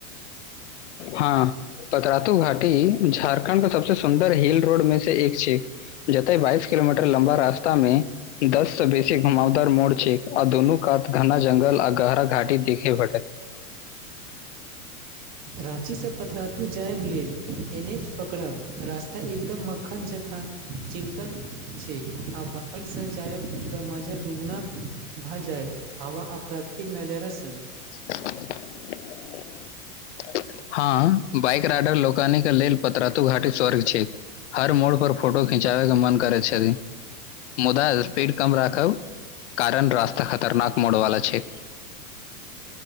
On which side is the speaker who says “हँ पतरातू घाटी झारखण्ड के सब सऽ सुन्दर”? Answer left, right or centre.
Left